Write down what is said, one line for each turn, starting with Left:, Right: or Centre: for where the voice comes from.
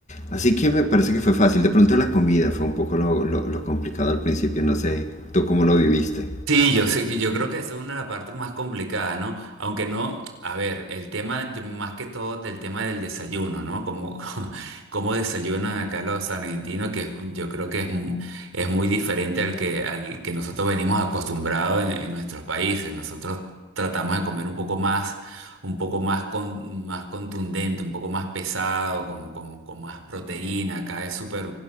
Left: Así que me parece que fue fácil. De pronto la comida fue un poco lo, lo- lo complicado al principio. No sé, ¿tú cómo lo viviste?
Right: Sí, yo sé que yo creo que eso es una de las partes más complicadas, ¿no? Aunque no, a ver, el tema yo- más que todo del tema del desayuno, ¿no? Como <laughs> cómo desayunan acá los argentinos, que yo creo que es, mu- es muy diferente al que al que nosotros venimos acostumbrados en, en nuestros países. Nosotros tratamos de comer un poco más, un poco más con, más contundente, un poco más pesado, como con, con más proteína. Acá es súper